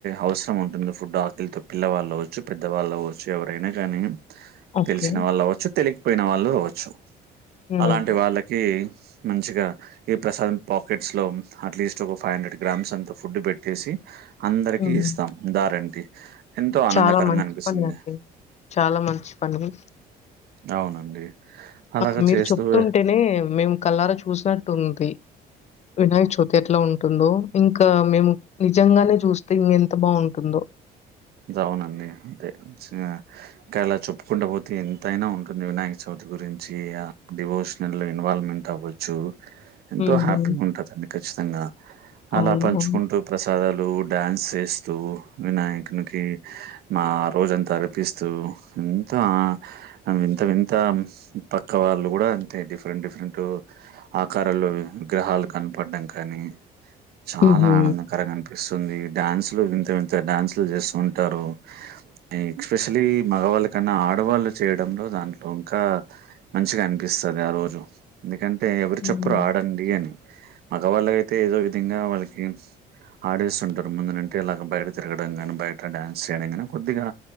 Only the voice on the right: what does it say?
అవసరం ఉంటుందో ఫుడ్ ఆకలితో పిల్లవాళ్ళవచ్చు పెద్దవాళ్ళువచ్చు ఎవరైనా కానీ
తెలిసిన వాళ్ళు అవ్వచ్చు తెలికపోయిన వాళ్ళు అవచ్చు
అలాంటి వాళ్ళకి మంచిగా ఈ ప్రసాదం పాకెట్స్ లో అట్లీస్ట్ ఒక ఫైవ్ హండ్రెడ్ గ్రామ్స్ అంతా ఫుడ్ పెట్టేసి అందరికీ
ఇస్తాం దారంటి ఎంతో ఆనందకరంగా
అనిపిస్తుంది
అవునండి అలాగా
చేస్తూ
జవునండి అంటే చ ఇంక అలా చెప్పుకుంట పోతే ఎంతైనా ఉంటుంది వినాయక చవితి గురించి ఆ డివోషన్ దాంట్లో ఇన్వాల్వ్మెంట్ అవ్వచ్చు ఎంతో
హ్యాపీగా ఉంటుందండి ఖచ్చితంగా అలా
పంచుకుంటూ
ప్రసాదాలు డ్యాన్స్ చేస్తూ వినాయకునికి మా రోజంతా అనిపిస్తూ ఎంతో వింత వింత పక్క వాళ్ళు కూడా అంటే డిఫరెంట్ డిఫరెంట్ ఆకారంలో విగ్రహాలు కనపడడం కానీ చాలా
ఆనందకరంగా అనిపిస్తుంది డ్యాన్సు లు వింత వింత డ్యాన్సులు చేస్తు ఉంటారు ఎక్స్పెషలీ మగవాళ్ళకన్నా ఆడవాళ్ళు చేయడంలో దాంట్లో ఇంకా మంచిగా అనిపిస్తది ఆ రోజు ఎందుకంటే ఎవరు
చప్పురు ఆడండి అని మగవాళ్ళయితే ఏదో విధంగా వాళ్ళకి ఆడేస్తుంటారు ముందనంటే ఇలాగా బయట తిరగ చూడడం కానీ బయట డాన్స్ చేయడం కానీ కొద్దిగా